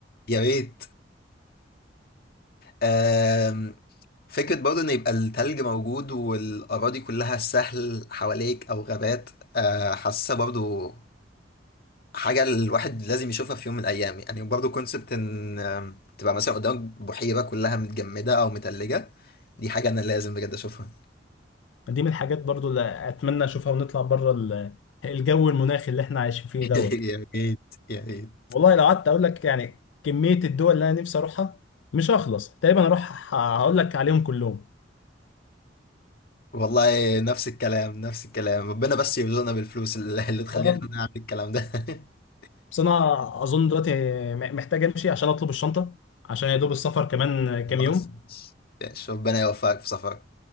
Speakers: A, on the left; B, on the left.
A: <laughs> يا ريت آم، فكرة برضه إن يبقى التلج موجود والأراضي كلها سهل حواليك أو غابات آه، حاسة برضه حاجة الواحد لازم يشوفها في يوم من الأيام يعني برضه كونسبت إن آم، تبقى مثلا قدامك بحيرة كلها متجمدة أو متلجة دي حاجة أنا لازم بجد أشوفها
B: دي من الحاجات برضو اللي اتمنى اشوفها ونطلع بره ال- الجو المناخي اللي احنا عايشين فيه
A: <laughs>
B: دوت
A: يا ريت يا ريت
B: والله لو قعدت اقول لك يعني كمية الدول اللي انا نفسي اروحها مش هخلص تقريبا اروح هقول لك عليهم كلهم
A: والله نفس الكلام نفس الكلام ربنا بس يرزقنا بالفلوس اللي اللي تخلينا
B: يا رب
A: نعمل الكلام ده <laughs>
B: بس انا اظن دلوقتي م- محتاج امشي عشان اطلب الشنطة عشان يا دوب السفر كمان
A: خلاص
B: كام يوم
A: ماشي. شوف ربنا يوفقك في سفرك